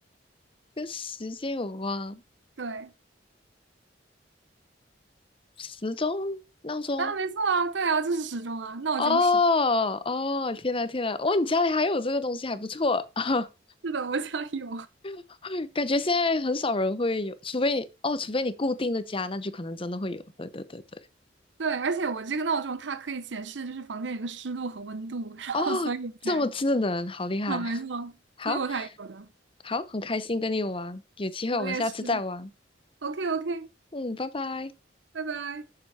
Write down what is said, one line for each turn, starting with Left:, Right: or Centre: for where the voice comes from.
Left: 跟时间有关，
Right: 对，
Left: 时钟、闹钟。
Right: 啊，没错啊，对啊，就是时钟啊，闹钟时，
Left: 哦哦，天呐天呐，哇，你家里还有这个东西，还不错。<laughs>
Right: 是的，我家有，
Left: <laughs> 感觉现在很少人会有，除非你哦，除非你固定的家，那就可能真的会有。对对对对，
Right: 对，而且我这个闹钟它可以显示就是房间里的湿度和温度，<laughs> 然后所以我才，
Left: 哦，这么智能，好厉害！
Right: 啊，没错，
Left: <laughs> 好，
Right: 所以我才有的。
Left: 好，很开心跟你玩，有机会我们下次再玩。
Right: 我也是。OK OK，
Left: 嗯，拜拜。
Right: 拜拜。